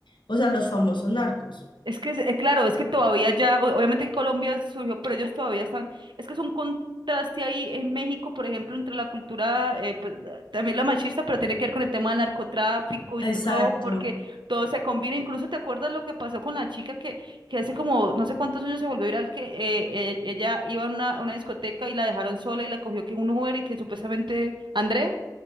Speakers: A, on the left (about 85°); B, on the right (about 80°).
A: o sea, los famosos narcos.
B: Es que, es- eh, claro, es que todavía ya, o- obviamente que Colombia surgió, pero ellos todavía están, es que es un contraste ahí en México, por ejemplo, entre la cultura, eh, pues, eh, también la machista, pero tiene que ver con el tema del narcotráfico
A: Exacto.
B: y todo, porque todo se combina. Incluso te acuerdas lo que pasó con la chica que, que hace como no sé cuántos años se volvió viral, que eh, eh, ella iba a una, a una discoteca y la dejaron sola y la cogió que un Uber y que supuestamente, André,